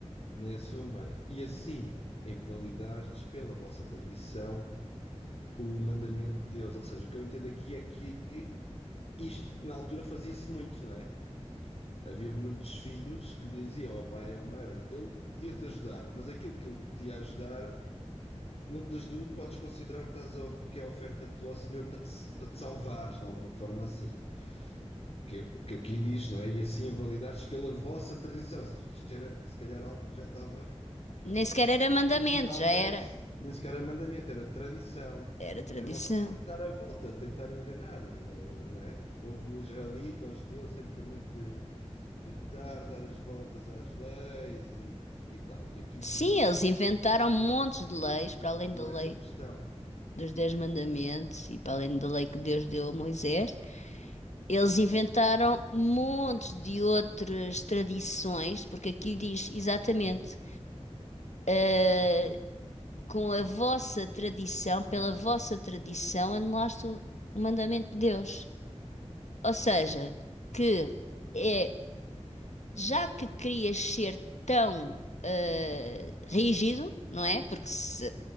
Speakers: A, on the left (about 60°); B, on the left (about 80°).
A: nem a sua mãe. E assim. Invalidastes pela vossa tradição o mandamento de Deus. Ou seja, o que eu entendo aqui é que isto na altura fazia-se muito, não é? Havia muitos filhos que diziam ao pai e ao mãe: Olha, eu podia-te ajudar, mas aquilo que eu te ia ajudar, não te ajudo, podes considerar que, estás a, of- que é a oferta do teu Senhor para te, para te salvares, de alguma forma assim. Que é o que aqui diz, não é? E assim invalidaste pela vossa tradição. Ou seja, que isto era, que se calhar, algo que já estava
B: Nem sequer era mandamento,
A: Originalmente,
B: já era.
A: nem sequer era mandamento, era tradição.
B: Era tradição.
A: Era uma forma de dar a volta, de tentar enganar. eh, né? O povo israelita, os judeus, sempre foi muito de de tentar dar as voltas às leis e, e tal. E aqui
B: Sim,
A: Jesus
B: eles
A: confronta
B: inventaram montes
A: com essa,
B: de leis, para além
A: com
B: da lei
A: essa questão.
B: dos Dez Mandamentos e para além da lei que Deus deu a Moisés. Eles inventaram montes de outras tradições, porque aqui diz exatamente, eh, com a vossa tradição, pela vossa tradição, anulaste o o mandamento de Deus. Ou seja, que é já que querias ser tão eh, rígido, não é? Porque se